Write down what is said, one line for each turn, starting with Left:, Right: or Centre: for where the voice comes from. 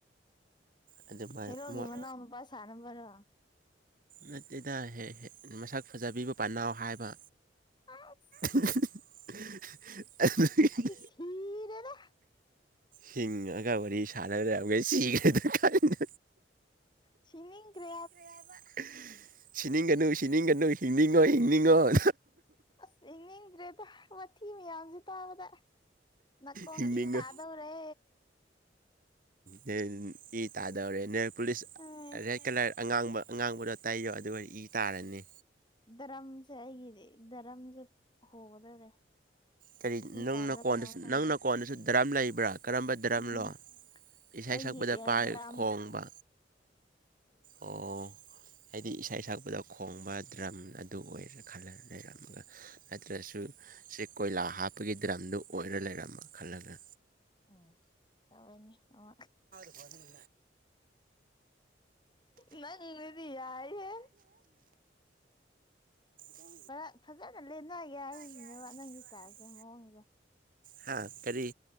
Right: ꯑꯗꯨꯃꯥꯏ
Left: ꯍꯦꯔꯣꯒꯤ
Right: ꯃꯣꯏ
Left: ꯃꯅꯥꯎꯅꯨꯄꯥ ꯁꯥꯔꯝꯕꯔꯣ
Right: ꯅꯠꯇꯦꯗ ꯍ‌ꯦꯍ‌ꯦ ꯃꯁꯛ ꯐꯖꯕꯤꯕ ꯄꯥꯅꯧ ꯍꯥꯏꯕ
Left: ꯑꯁ
Right: <unintelligible>
Left: ꯁꯤꯔꯗ
Right: ꯍꯤꯡꯉꯒ ꯋꯥꯔꯤ ꯁꯥꯟꯅꯗ꯭ꯔꯒꯦ ꯁꯤꯈ꯭ꯔꯦꯗ ꯀꯥꯏꯅ
Left: ꯁꯤ ꯀꯦ
Right: <unintelligible> ꯁꯤꯅꯤꯡꯒꯅꯨ ꯁꯤꯅꯤꯡꯒꯅꯨ ꯍꯤꯡꯅꯤꯡꯉꯣ ꯍꯤꯡꯅꯤꯡꯉꯣ <unintelligible>
Left: ꯑꯁ ꯌꯦꯅꯤꯡꯗ꯭ꯔꯦꯗ ꯋꯥꯊꯤ ꯃꯌꯥꯝꯁꯦ ꯇꯥꯕꯗ ꯅꯀꯣꯪ
Right: ꯍꯤꯡꯅꯤꯡꯉꯣ
Left: ꯏ ꯇꯥꯗꯧ ꯔꯦ
Right: ꯅꯪ ꯏ ꯇꯥꯗꯧꯔꯦ ꯅ‌ꯣꯏ ꯄꯨꯂꯤꯁ
Left: ꯑꯦ
Right: ꯑꯥ ꯔꯦꯠ ꯀꯂꯔ ꯑꯉꯥꯡꯕ ꯑꯉꯥꯡꯕꯗꯣ ꯇꯩꯌꯣ ꯑꯗꯨꯒ ꯏ ꯇꯥꯔꯅꯤ
Left: ꯗꯔꯝꯁꯦ ꯑꯩꯒꯤꯗꯤ ꯗꯔꯝꯁꯦ ꯍꯣꯒꯗꯧꯔꯦ
Right: ꯀꯔꯤ
Left: ꯏ
Right: ꯅꯪꯅ
Left: ꯇꯥꯕ꯭ꯔꯥ
Right: ꯀ‌ꯣꯟꯗꯁꯨ
Left: ꯀꯅꯥ ꯈꯪꯗꯦ
Right: ꯅꯪꯅ ꯀꯣꯟꯅꯁꯨ ꯗꯔꯝ ꯂꯩꯕ꯭ꯔꯥ ꯀꯔꯝꯕ ꯗꯔꯝꯅꯣ
Left: ꯎꯝ
Right: ꯏꯁꯩ
Left: ꯑꯩꯒꯤ
Right: ꯁꯛꯄꯗ
Left: ꯏꯌꯥꯔꯗ꯭ꯔꯥꯝ
Right: ꯄꯥꯏ ꯈꯣꯡꯕ ꯑꯣ ꯑꯩꯗꯤ ꯏꯁꯩ ꯁꯛꯄꯗ ꯈꯣꯡꯕ ꯗ꯭ꯔꯝ ꯑꯗꯨ ꯑꯣꯏꯔꯦ ꯈꯜꯂ ꯂꯩꯔꯝꯃꯒ ꯅꯠꯇ꯭ꯔꯁꯨ ꯁꯤ ꯀꯣꯏꯂꯥ ꯍꯥꯞꯄꯒꯤ ꯗ꯭ꯔꯝꯗꯨ ꯑꯣꯏꯔ ꯂꯩꯔꯝꯃ ꯈꯜꯂꯒ
Left: ꯎꯝ ꯇꯧꯔꯅꯤ ꯑꯣ
Right: <inaudible>
Left: ꯅꯪꯗꯤ ꯌꯥꯏꯌꯦꯦ
Right: ꯋꯥ
Left: ꯈꯔ ꯐꯖꯅ ꯂꯦꯟꯅꯒꯦ ꯍꯥꯏꯔꯤꯅꯦꯕ
Right: ꯅꯗꯤ
Left: ꯅꯪꯒꯤ ꯏꯁꯇꯥꯏꯜꯁꯦ ꯃꯑꯣꯡꯁꯦ
Right: ꯍꯥ ꯀꯔꯤ